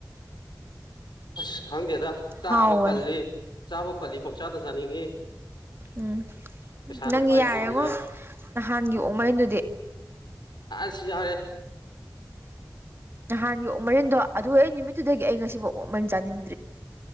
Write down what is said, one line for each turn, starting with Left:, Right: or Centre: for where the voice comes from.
Left: ꯑꯁ ꯈꯪꯗꯦꯗ
Right: ꯍꯥꯎꯕꯅꯦ
Left: ꯆꯥꯕ ꯄꯜꯂꯤ ꯆꯥꯕ ꯄꯜꯂꯤ ꯄꯪꯆꯥꯗ ꯆꯥꯅꯤꯡꯉꯤ
Right: ꯎꯨꯝ
Left: ꯄꯩꯁꯥꯅ
Right: ꯅꯪꯒꯤ
Left: ꯄꯥꯏꯗ꯭ꯔꯤꯁꯤꯒ
Right: ꯌꯥꯏꯔꯦꯉꯣ ꯅꯍꯥꯟꯒꯤ ꯑꯣꯛ ꯃꯦꯟꯗꯨꯗꯤ
Left: ꯑꯁꯤ ꯌꯥꯔꯦ
Right: ꯅꯍꯥꯟꯒꯤ ꯑꯣꯛ ꯃꯔꯤꯟꯗꯣ ꯑꯗꯨ ꯑꯩ ꯅꯨꯃꯤꯠꯇꯨꯗꯒꯤ ꯑꯩ ꯉꯁꯤꯐꯥꯎ ꯑꯣꯛ ꯃꯔꯤꯟ ꯆꯥꯅꯤꯡ